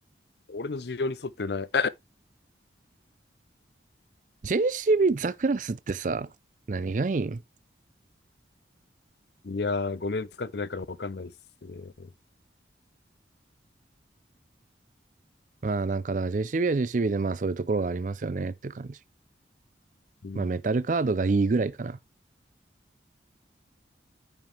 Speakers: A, on the left; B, on the right.
A: 俺の需要に沿ってない。
B: JCB ザクラスってさ、何がいいん
A: <coughs> <clears throat> いやー、5年使ってないから分かんないっすね。
B: まあなんかだから JCB は JCB でまあそういうところがありますよねっていう感じ。
A: うん。
B: まあメタルカードがいいぐらいかな。